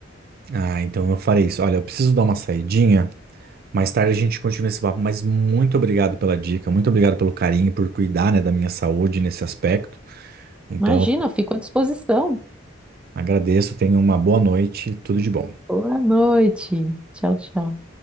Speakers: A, on the right; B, in the centre.
A: ah, então eu farei isso. Olha, eu preciso dar uma saidinha. Mais tarde a gente continua esse papo, mas muito obrigado pela dica, muito obrigado pelo carinho, por cuidar, né, da minha saúde nesse aspecto. Então,
B: Imagina, eu fico à disposição.
A: agradeço, tenha uma boa noite, tudo de bom.
B: Boa noite. Tchau, tchau.